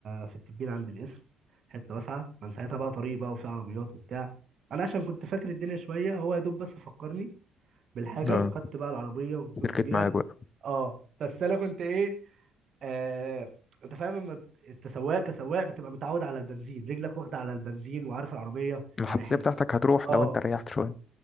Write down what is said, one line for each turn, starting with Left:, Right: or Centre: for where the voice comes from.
Right: في التبين عند القسم حته واسعه كان ساعتها بقى طريق بقى وفي عربيات وبتاع انا عشان كنت فاكر الدنيا شويه هو يا دوب بس فكرني بالحاجه
Left: اه
Right: وخدت بقى العربيه ودوست
Left: سلكت
Right: بيها
Left: معاك بقى
Right: اه بس انا كنت ايه آه انت فاهم لما ت- انت سواق كسواق بتبقى متعود على البنزين رجلك واخده على البنزين وعارف العربيه
Left: الحساسية
Right: يعني احنا
Left: بتاعتك هتروح
Right: اه
Left: لو انت ريحت شوية